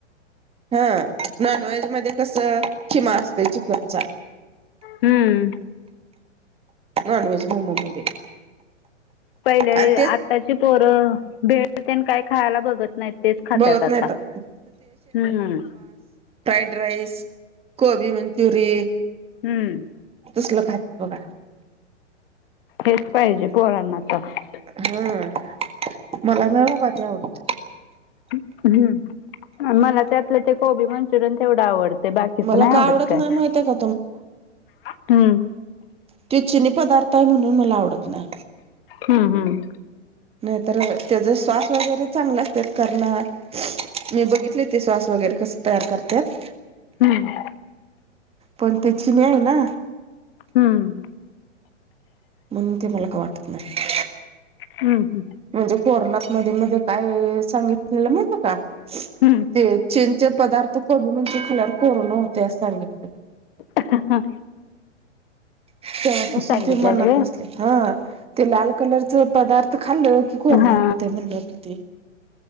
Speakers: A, on the right (about 15°); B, on the left (about 50°).
A: हा नॉन व्हेज मध्ये कस खिमा असतोय चिकनचा
B: हम्म
A: नॉनवज मोमो मध्ये
B: पहिले
A: आणि तेच
B: आत्ताची पोरं भे काही खायला बघत नाही तेच खातात
A: बघत
B: आता
A: नाही तर
B: हम्
A: फ्राड राईस गबी मंचुरी
B: हम्म
A: तसलं खातात बघा
B: हेच पाहिजे पोरांना तर
A: हा मला नब ते आवडते
B: ह्म मला त्यातलं ते कोबी मंचुरियन तेवढं आवडतं ते बाकीच
A: मला
B: नाही
A: का
B: आवडत
A: नाही
B: काय
A: माहितय का
B: हम्म
A: त चिनी पदार्थ आहे म्हणून मला आवडत ना
B: हम्म हम्म
A: नाहीतर त्याचा श्वास वगैरे चांगला असत करणार मी बघितले ते स्वास वगैरे कस तयार करतात
B: हम्म
A: पण ते चिने आहे ना
B: हम्म
A: म्हणून ते मला का वाटत नाही
B: हम् हम्
A: म्हणजे कोर्नात मध्ये मध्ये काय सांगितलेलं माहित का
B: हम्म.
A: ते चेनचे पदार्थ को म्हणते खाल्यावर कोरोना होते अस सांगितलेलं
B: हा
A: तेव्हापासून
B: सांगितलेलं
A: ते मनात
B: व्हय.
A: बसले ह ते लाल कलर पदार्थ खाल्ल की कोरण
B: हा
A: होते म्हण त ते